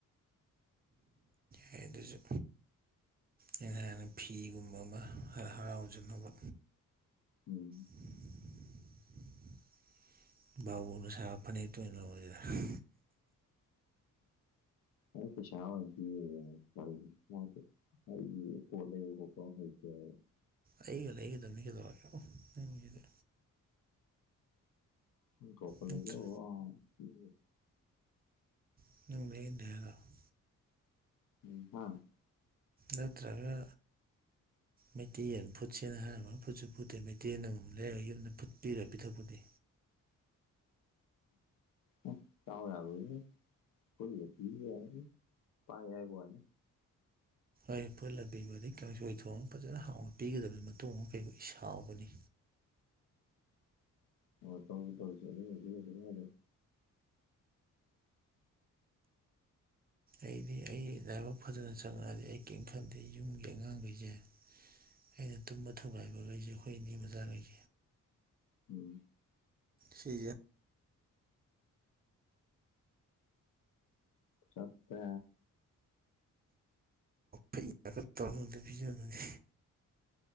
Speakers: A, on the right; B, on the left.
A: ꯌꯥꯏ ꯑꯗꯨꯁꯨ ꯑꯩꯅ ꯍꯥꯟꯅ ꯐꯤꯒꯨꯝꯕ ꯑꯃ ꯍꯔꯥꯎꯖꯅꯕ
B: ꯎꯝ
A: <unintelligible> <unintelligible> ꯁꯥ ꯐꯅꯦꯛ ꯇꯨ ꯑꯣꯅ ꯂꯧꯔ ꯁꯤꯔ
B: <unintelligible> ꯄꯩꯁꯥ ꯑꯣꯏ ꯄꯤꯔ <unintelligible> ꯑꯩ ꯄꯣꯠ ꯂꯩꯕꯗ ꯀꯣ ꯍꯩꯇꯦ <unintelligible>
A: ꯑꯩꯒ ꯂꯩꯒꯗꯕꯅꯤ ꯀꯩ <unintelligible>
B: <unintelligible>
A: ꯅꯠꯇ꯭ꯔ <unintelligible>
B: ꯎꯝ <unintelligible>
A: ꯅꯠꯇ꯭ꯔꯥꯒ ꯃꯩꯇꯩꯅ ꯐꯨꯠꯁꯦꯅ ꯍꯥꯏ ꯑꯃ ꯐꯨꯠꯁꯨ ꯐꯨꯠꯇꯦ ꯃꯩꯇꯩꯅ ꯑꯃꯃꯝ ꯂꯩꯔꯒ ꯌꯨꯝꯗ ꯐꯨꯠ ꯄꯤꯔꯒ ꯄꯤꯊꯛꯄꯗꯤ
B: ꯑꯣ ꯆꯥꯎꯥꯎ ꯐ ꯌꯥ ꯄꯥꯏ ꯌꯥꯏꯕꯅꯤ
A: ꯑꯩ ꯐꯨꯠꯂ ꯄꯤꯕ ꯑꯗꯩ ꯀꯥꯡꯁꯣꯏ ꯊꯣꯡ ꯑꯃ ꯐꯖꯅ ꯍꯥꯎꯅ ꯄꯤꯒꯗꯕꯅꯤ ꯃꯇꯨꯡ ꯑꯃ ꯀꯩꯕꯨ ꯁꯥꯎꯒꯅꯤ
B: ꯋꯥ ꯇ ꯇꯁꯤꯦ <unintelligible>
A: ꯑꯩꯗꯤ ꯑꯩ ꯂꯥꯏꯕꯛ ꯐꯖꯅ ꯆꯪꯉꯛꯑꯗꯤ ꯑꯩ ꯀꯩꯅ ꯈꯟꯗꯦ ꯌꯨꯝꯒꯤ ꯑꯉꯥꯡꯈꯩꯁꯦ ꯑꯩꯅ ꯇꯨꯝꯕ ꯊꯨꯒꯥꯏꯕꯈꯩꯁꯦ ꯑꯩꯈꯣꯏ ꯏꯅꯤ ꯃꯆꯥꯈꯩꯁꯦ
B: ꯎꯝ
A: ꯁꯤꯒ
B: ꯆꯞꯠꯇ
A: ꯍꯩ ꯇꯧꯗ ꯄꯤꯖꯗꯨꯅꯤ